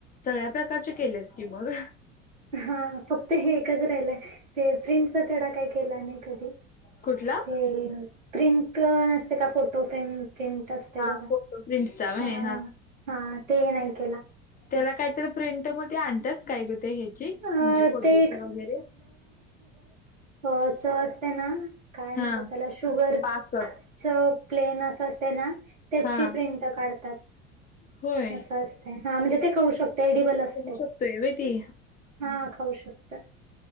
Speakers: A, on the left; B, on the right.
A: सगळ्या प्रकारचे केल्यास की, मग
B: हा फक्त हे एकच राहिलाय ते, प्रिंटचा तेवढा काय केला नाही कधी?
A: कुठला?
B: ते प्रिंट नसतय का? फोटो फ्रेम प्रिंट तसतय
A: हा
B: बघा
A: फोटो प्रिंटचा व्हय
B: हा हा ते नाही केला.
A: त्याला काहीतरी प्रिंट मध्ये आणतात. काय गते ह्याची
B: अ
A: म्हणजे फोटोची
B: ते
A: वगैरे
B: हो चव असते ना, काय म्हणत्यात
A: हा
B: त्याला शुगर
A: पाक
B: जो प्लेन अस असतय ना, त्याची
A: हा
B: प्रिंट काढतात.
A: होय
B: असं असतय, हा म्हणजे ते खाऊ शकताय, एडिबल असतय.
A: <unintelligible> व्हय ते
B: हा खाऊ शकताय,